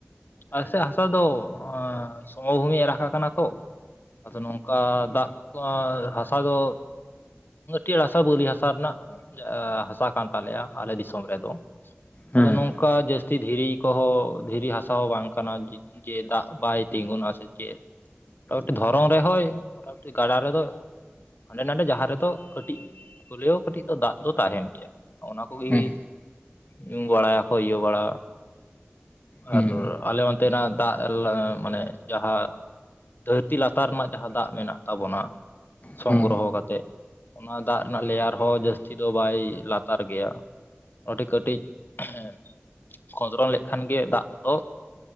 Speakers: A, on the left; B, on the left.
A: ᱟᱥᱮᱫ ᱦᱟᱥᱟ ᱫᱚ ᱥᱚᱢᱚᱵᱷᱩᱢᱤᱭ ᱮ ᱨᱟᱠᱟ ᱠᱟᱱᱟ ᱛᱚ ᱟᱫᱚ ᱱᱚᱝᱠᱟ ᱫᱟᱜ ᱦᱟᱥᱟ ᱫᱚ ᱢᱟ. ᱴᱤᱭᱟ. ᱲ ᱦᱟᱥᱟ ᱵᱩᱞᱞᱤ ᱦᱟᱥᱟ ᱨᱮᱱᱟᱜ ᱦᱟᱥᱟ ᱠᱟᱱ ᱛᱟᱞᱮᱭᱟ ᱟᱞᱮ ᱫᱤᱥᱚᱢ ᱨᱮᱫᱚ
B: ᱦᱮᱸ
A: ᱟᱫᱚ ᱱᱚᱝᱠᱟ ᱡᱟᱹᱥᱛᱤ ᱫᱷᱤᱨᱤ ᱠᱚᱦᱚᱸ ᱫᱷᱤᱨᱤ ᱦᱟᱥᱟ ᱦᱚᱸ ᱵᱟᱝ ᱠᱟᱱᱟ ᱡᱮ ᱫᱟᱜ ᱵᱟᱭ ᱛᱤᱜᱩᱱ ᱟ ᱥᱮ ᱪᱮᱫ ᱢᱚᱴᱟᱢᱩᱴᱤ ᱫᱷᱚᱨᱚᱢ ᱨᱮ ᱦᱚᱭ ᱢᱚᱴᱟᱢᱩᱴᱤ ᱜᱟᱰᱟ ᱨᱮᱫᱚ ᱦᱟᱸᱰᱮ ᱱᱟᱰᱮ ᱡᱟᱦᱟᱸ ᱨᱮᱫᱚ ᱠᱟᱹᱴᱤᱡ ᱦᱳᱞᱮᱣᱳ ᱠᱟᱹᱴᱤᱡ ᱫᱚ ᱫᱟᱜ ᱫᱚ ᱛᱟᱦᱮᱱ ᱜᱮᱭᱟ ᱚᱱᱟ ᱠᱚᱜᱮ
B: ᱦᱮᱸ
A: ᱧᱩᱢ ᱵᱟᱲᱟᱭᱟᱠᱚ ᱤᱭᱟᱹ ᱵᱟᱲᱟ
B: ᱦᱮᱸ
A: ᱟᱨ ᱟᱞᱮ ᱚᱱᱛᱮ ᱛᱮᱱᱟᱜ ᱫᱟᱜ ᱢᱟᱱᱮ ᱡᱟᱦᱟᱸ ᱫᱷᱟᱹᱨᱛᱤ ᱞᱟᱛᱟᱨ ᱨᱮᱱᱟᱜ ᱡᱟᱦᱟᱸ ᱫᱟᱜ ᱢᱮᱱᱟᱜ ᱛᱟᱵᱚᱱᱟ ᱥᱚᱝᱜᱨᱚᱦᱚ
B: ᱦᱮᱸ
A: ᱠᱟᱛᱮᱫ ᱚᱱᱟ ᱫᱟᱜ ᱨᱮᱱᱟᱜ ᱞᱮᱭᱟᱨ ᱦᱚᱸ ᱡᱟᱹᱥᱛᱤ ᱫᱚ ᱵᱟᱭ ᱞᱟᱛᱟᱨ ᱜᱮᱭᱟ ᱴᱤ ᱠᱟᱹᱴᱤᱡ ᱦᱮᱸ ᱠᱷᱚᱸᱫᱽᱨᱚᱱ ᱞᱮᱠᱷᱟᱱ ᱜᱮ ᱫᱟᱜ ᱫᱚ